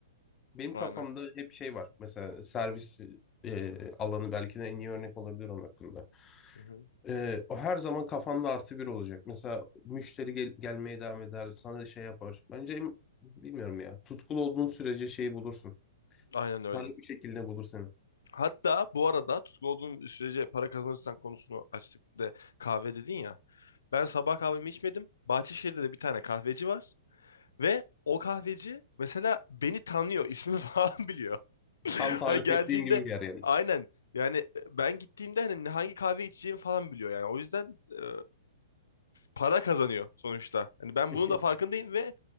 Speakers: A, on the left; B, on the left.
A: Benim
B: Aynen.
A: kafamda hep şey var. Mesela servis e, alanı belki de en iyi örnek olabilir onun hakkında.
B: Hı hı.
A: E, o her zaman kafanda artı bir olacak. Mesela müşteri gel- gelmeye devam eder, sana şey yapar. Bence em- bilmiyorum ya. Tutkulu olduğun sürece şeyi bulursun.
B: Aynen öyle.
A: Para bir şekilde bulur seni.
B: Hatta bu arada tutku olduğun sürece para kazanırsan konusunu açtık bir de kahve dedin ya. Ben sabah kahvemi içmedim. Bahçeşehir'de de bir tane kahveci var. Ve o kahveci mesela beni tanıyor. ismimi <laughs> falan biliyor.
A: Tam tarif
B: Hani geldiğinde
A: ettiğim gibi bir yer yani.
B: aynen yani e, ben gittiğimde hani hangi kahve içeceğimi falan biliyor yani. O yüzden e, para kazanıyor sonuçta. Hani ben
A: <laughs>
B: bunun da farkındayım ve